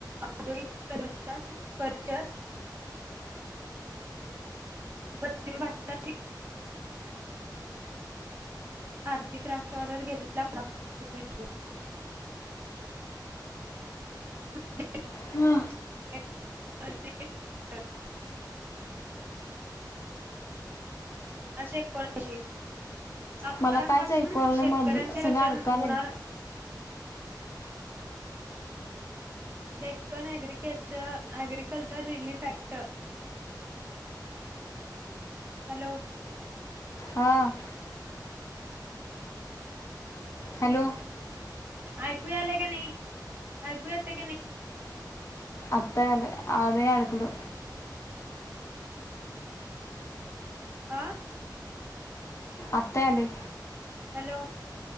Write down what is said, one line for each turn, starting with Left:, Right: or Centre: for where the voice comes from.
Right: औद्यगिक प्रदर्शन, प्रतयन पश्चिम भारताची आर्थिक राष्ट्रवादात घेतलेला प्रकाश आहे तो <unintelligible>
Left: हा,
Right: आ शेक करची <unintelligible> आकारांपासून
Left: मला कायच ऐकू आलं
Right: शेतकऱ्यांचे
Left: नाही, मला ब्ल-
Right: रक्षण
Left: सगळं अडकालंय
Right: होणार. Deccan agriculture agriculture relief act. Hello.
Left: हा. हॅलो
Right: ऐकू आले का नाही. ऐकू येत की नाही.
Left: आता आले आवाज ले आता अडकलु.
Right: अं
Left: आता आले
Right: हॅलो.